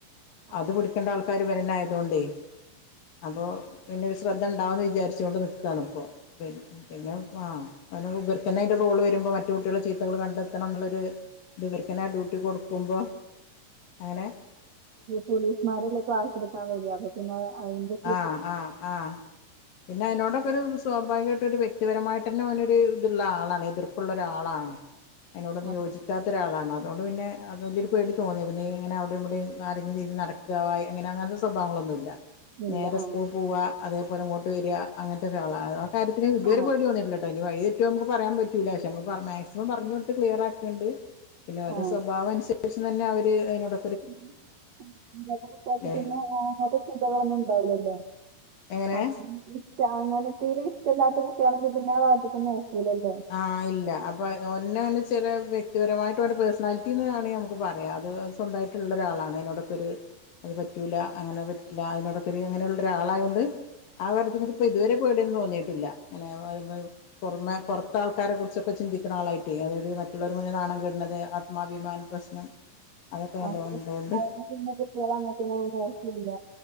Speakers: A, on the right (about 60°); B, on the left (about 60°).
A: ആ
B: അത് പിടിക്കേണ്ട ആൾക്കാാര് വരണായതൊണ്ടേ അപ്പൊ- ശ്രദ്ധ ഉണ്ടാവന്ന് വിചാരിച്ചോൊണ്ട് നിക്കാണ് ഇപ്പോ പി പിന്നെ ആ <unintelligible> റോള് വരുമ്പോ മറ്റു കുട്ടികൾ ചിരി നമ്മള് കണ്ടെത്തണം എന്നുള്ളൊരു ഇവർക്കെന്നെ ആ ഡ്യൂട്ടി കൊടുക്കുമ്പോ അങ്ങനെ.
A: പോലീസ്മാരല്ലെ ക്ലാസെടുക്കാൻ വരാ. പിന്നെത് അയിന്റെ.
B: ആഹ് ആഹ് ആ പിന്നെ അതിനോടൊക്കെ ഒരു സ്വാഭാവികമായിട്ട് ഒരു വ്യക്തിപരമായിട്ട് തന്നെ ഓനൊരു ത് ഇളള ആളാണ് എതിർ ള്ള ഒരാളാണ് അതിനോടൊന്ന്
A: അപ്പൊ
B: യോജിക്കാത്ത ഒരാളാണ് അതോണ്ട് പിന്നെ. അതൊക്കെ 'പേടി തോന്നിയത് പിന്നെ ഇങ്ങനെ അവിടെയും ഇവിടെയും നിറഞ്ഞ രീതി നടക്കാ ഇങ്ങനെ അങ്ങനത്തെ സ്വഭാവങ്ങളൊന്നുമില്ല
A: ഇല്ല
B: നേരെ
A: ആ
B: സ്കൂൾ പോവുക അതേപോലിങ്ങോട്ട് വരിക അങ്ങനത്തെ ഒക്ക ആളാണ് ആ കാര്യത്തിന് ഇതു പരിപാടി
A: ആ
B: വന്നിട്ടുണ്ട്. അതിന് വഴിതെറ്റോന്ന് നമക്ക് പറയാൻ പറ്റൂല പക്ഷ നമ്മൾ മാക്സിമം പറഞ്ഞു കൊടുത്ത് ക്ലിയർ ആക്കുണ്ട് പിന്നെ ഓരെ
A: ആ
B: സ്വഭാവം അനുസരിച്ച് തന്നെ അവര് അതിനോട.
A: ഉം
B: അല്ലെ
A: പിന്നെ ആ ഒരു ഇപ്പൊ അങ്ങനെയൊന്നും ഉണ്ടാവില്ലല്ലോ
B: എങ്ങനെ
A: <unintelligible> അങ്ങനെതീല് ഇഷ്ടല്ലാത്ത വ്യക്തി ആണെങ്കി പിന്നെ ആ വാത്ക്കൊന്നും നോക്കൂലല്ലോ.
B: ആ ഇല്ല അപ്പൊ ഓലെന്നെ ചെറിയ. വ്യക്തിപരമായിട്ട് പേഴ്സണാലിറ്റിന്ന് നമുക്ക് പറയാം അത് സ്വന്തമായിട്ടുള്ള ഒരാളാണ് അതിനോടൊക്കെ ഒരു. അത് പറ്റൂല അങ്ങനെ പറ്റില്ല അതിനോടൊക്കൊരു അങ്ങനെ ഉള്ള. ഒരാളായൊണ്ട് ആ കാര്യത്തിന് ഇപ്പോ ഇതുവരെ പേടിയൊന്നും തോന്നിയിട്ടില്ല അങ്ങനെ. പുറമെ പുറത്ത് ആൾക്കാരെ കുറിച്ചൊക്കെ ചിന്തിക്കുന്ന ആളായിട്ട് അതൊരു മറ്റുള്ളവർ മുഴുവൻ നാണം കെടുന്നത്. ത്മാഭിമാന പ്രശ്നം അതൊക്കെ നല്ലോണം
A: അങ്ങനെ
B: ഉള്ളതോണ്ട്.
A: പിന്നെ കുട്ടികള അങ്ങനത്തിനൊന്നും പോക്കില്ല